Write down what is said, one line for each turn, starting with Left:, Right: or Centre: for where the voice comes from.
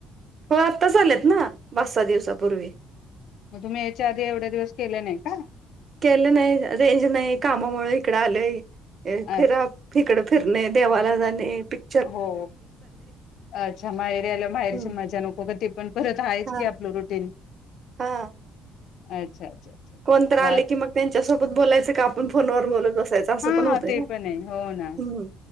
Right: हो आत्ताचा आलेत ना पाच, सहा दिवसापूर्वी.
Left: मग तुम्ही याच्या आधी एवढे दिवस केले नाही का.
Right: केलं नाही रेंज नाही कामामुळे इकडे आलंय फिर
Left: अ
Right: इकडे फिरणे देवाला जाणे पिक
Left: हो अच्छा माहेरी आल्या माहेरीची
Right: हम्म
Left: मजा नको का ती पण परत हायच
Right: हा
Left: की आपलं रुटीन
Right: हा
Left: अच्छा अच्छा
Right: कोणत
Left: वा
Right: आले की मग त्यांच्यासोबत बोलायचं का आपण फोनवर बोलत बसायचं. असं
Left: हा
Right: पण होतंय
Left: ते
Right: ना
Left: पण आहे हो ना
Right: हम्म